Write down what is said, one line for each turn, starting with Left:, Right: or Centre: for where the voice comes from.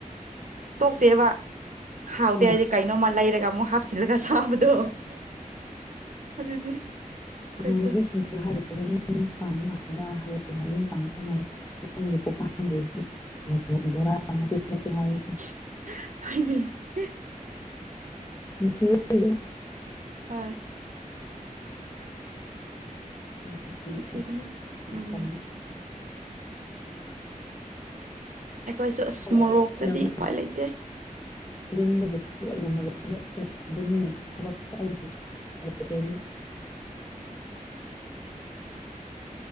Right: ꯇꯣꯛꯇꯦꯕ ꯍꯥꯎꯇꯦ
Left: ꯍꯣꯏ
Right: ꯍꯥꯏꯔꯗꯤ ꯀꯩꯅꯣꯝꯃ ꯂꯩꯔꯒ ꯑꯃꯨꯛ ꯍꯥꯞꯆꯤꯟ ꯏꯔꯒ ꯆꯥꯕꯗꯣ ꯑꯗꯨꯅꯦ ꯈꯣꯏꯁꯨ
Left: ꯏꯃꯥꯟꯅꯕꯤꯁꯤꯡꯅ ꯍꯥꯏꯔꯤꯕꯅꯤ ꯄꯥꯟꯕ ꯀꯗ ꯍꯌꯦꯡ ꯅꯌꯨꯝ ꯄꯥꯟꯕ ꯀꯥꯟꯗ ꯅꯪꯒꯤ ꯄꯣꯄꯥꯡꯗꯤ ꯅꯣꯠꯕꯨꯛ ꯚꯣꯔꯥ ꯑꯃ ꯄꯤꯔꯛꯀꯦ ꯍꯥꯢꯑꯦ
Right: <unintelligible>
Left: ꯅꯨꯡꯁꯤꯑꯦ ꯑꯩꯗꯤ
Right: ꯍ
Left: ꯅꯨꯡꯁꯤꯌꯦ
Right: ꯅꯨꯡꯁꯤꯕꯅꯦ
Left: ꯃꯇꯝꯗꯣ
Right: ꯎꯝ ꯑꯩꯈꯣꯏꯁꯨ ꯑꯁ
Left: ꯊꯑꯣꯢꯅꯀꯣ
Right: ꯃꯣꯔꯣꯛꯇꯗꯤ ꯎꯄꯥꯏ ꯂꯩꯇꯦ
Left: ꯌꯨꯝꯗꯒꯤ ꯊꯑꯣꯢꯅ ꯃꯔꯨ <unintelligible> ꯅꯤ ꯊꯕꯛꯇ ꯑꯩꯕꯨ ꯀꯩꯀꯩꯅꯣ